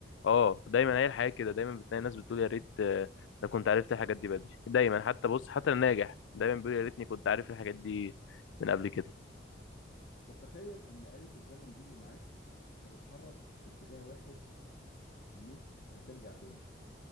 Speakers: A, on the left; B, on the left.
A: اه دايما هي الحياة كده دايما بتلاقي ناس بتقول يا ريت آه، ده كنت عرفت الحاجات دي بدري دايما حتى بص حتى الناجح دايما بيقول يا ريتني كنت عارف الحاجات دي من قبل كده
B: طب تخيل ان آلة الزمن دي اللي معاك هتتحرك في اتجاه واحد مش هترجع تاني